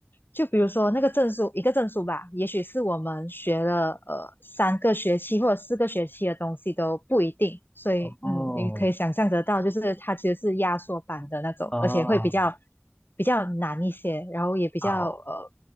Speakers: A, on the left; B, on the left.
A: 就比如说那个证书，一个证书吧，也许是我们学了呃三个学期或者四个学期的东西都不一定，所以嗯，
B: 哦，
A: 你可以想象得到，就是它其实是压缩版的那种，
B: 哦，
A: 而且会比较呃比较难一些，然后也比较呃
B: 啊好。